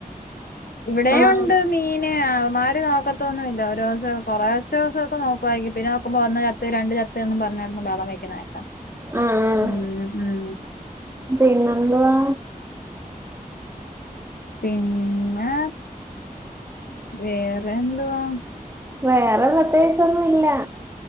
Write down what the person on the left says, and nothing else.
ഇവിടേം
ഒണ്ട് മീന് അവമ്മാര് നോക്കത്തൊന്നുമില്ല ഒരോസം കൊറച്ചു ദിവസൊക്കെ നോക്കാരിക്കും പിന്നെ നോക്കുമ്പോ ഒന്ന് ചത്ത് രണ്ട് ചത്ത് ചത്തുവെന്നും പറഞ്ഞുകെടന്നു ബഹളം വെക്കുന്നകേക്കാം
ഉം ഉം
പിന്നെ വേറെന്തുവാ